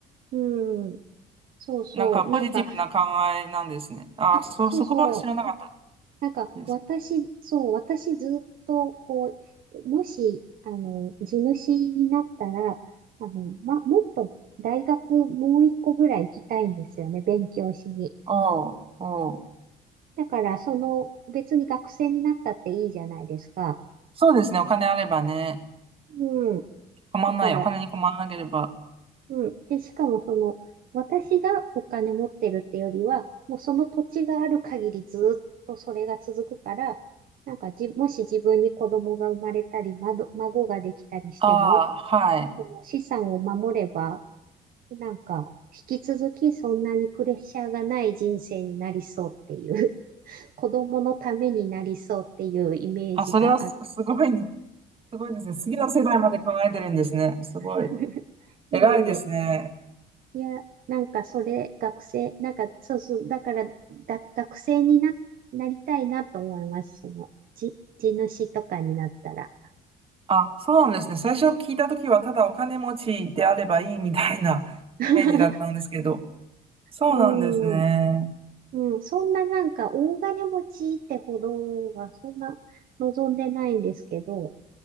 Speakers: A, on the right; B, on the right.
A: うん。そうそう。
B: なんかポジティブな考えなんですね。
A: なんか、
B: あ、
A: あ、
B: そ、
A: そうそう。
B: そこは知らなかっ
A: なんか、
B: たです。
A: 私、そう、私ずっと、こう、もし、あの、地主になったら、あの、ま、もっと大学もう一個ぐらい行きたいんですよね、勉強しに。
B: おう、おう。
A: だから、その、別に学生になったっていいじゃないですか。
B: そうですね。お金あればね、
A: うん。
B: 困んない。
A: だから、
B: お金に困らなければ。
A: うん。で、しかもその、私がお金持ってるってよりは、もうその土地がある限りずっとそれが続くから、なんかじ、もし自分に子供が生まれたり、まど、孫ができたりしても、
B: ああ、はい。
A: その資産を守れば、なんか、引き続きそんなにプレッシャーがない人生になりそうっていう、<laughs> 子供のためになりそうっていうイメージがあって、
B: あ、それはす、すごいね。すごいですね。次の世代まで考えてるんですね。すごい。
A: <laughs> いえいえ。
B: 偉いですね。
A: いや、なんかそれ、学生、なんかそうそう、だから、だ、学生にな、なりたいなと思います。その、じ、地主とかになったら。
B: あ、そうなんですね。最初聞いたときは、ただお金持ちであればいいみたいな <laughs>
A: <laughs>
B: イメージだったんですけど。そうなんですね。
A: うん、うん、そんななんか大金持ちってほどは、そんな望んでないんですけど、